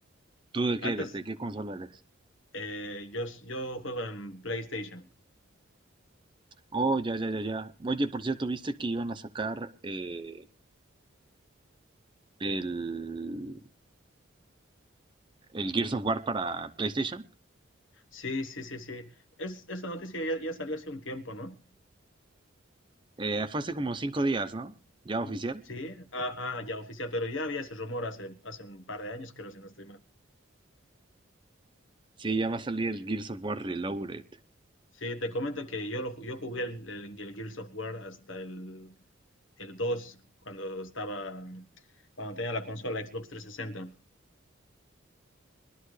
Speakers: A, on the right; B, on the left.
A: ¿Tú de qué
B: Antes,
A: eres? ¿De qué consola eres?
B: eh, yo, yo juego en PlayStation.
A: Oh, ya, ya, ya, ya. Oye, por cierto, ¿viste que iban a sacar eh, el, el Gears of War para PlayStation?
B: Sí, sí, sí, sí. Es, esa noticia ya, ya salió hace un tiempo, ¿no?
A: Eh, fue hace como cinco días, ¿no? ¿Ya
B: Mm,
A: oficial?
B: Sí, ah, ah, ya oficial, pero ya había ese rumor hace, hace un par de años, creo, si no estoy mal.
A: Sí, ya va a salir el Gears of War Reloaded.
B: Sí, te comento que yo, lo, ju- yo jugué el, el, el Gears of War hasta el, el 2 cuando estaba, cuando tenía la consola Xbox 360.